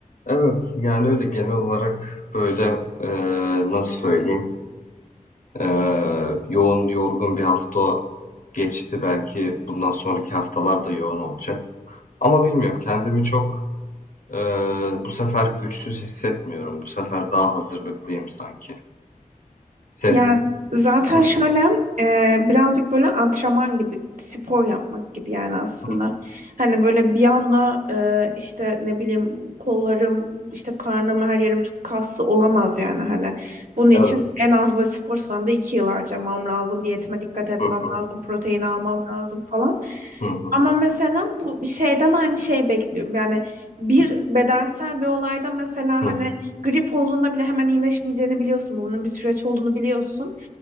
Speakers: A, on the left; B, on the right.
A: Evet, yani öyle genel olarak böyle eee, nasıl söyleyeyim eee, yoğun yorgun bir hafta geçti belki bundan sonraki haftalar da yoğun olacak. Ama bilmiyorum kendimi çok eee, bu sefer güçsüz hissetmiyorum. Bu sefer daha hazırlıklıyım sanki. Sen
B: Yani zaten
A: Hı,
B: şöyle e, birazcık böyle antrenman gibi spor yapmak gibi yani aslında.
A: hı,
B: Hani böyle bir anda e, işte ne bileyim kollarım işte karnım her yerim çok kaslı olamaz yani hani. Bunun için
A: evet.
B: en az böyle spor salonunda iki yıl harcamam lazım. Diyetime dikkat etmem
A: Hı hı,
B: lazım. Protein almam lazım falan.
A: hı, hı,
B: Ama mesela bu şeyden aynı şeyi bekliyorum. Yani bir bedensel bir olayda mesela
A: hı,
B: hani
A: hı,
B: Grip olduğunda bile hemen iyileşmeyeceğini biliyorsun. Bunun bir süreç olduğunu biliyorsun.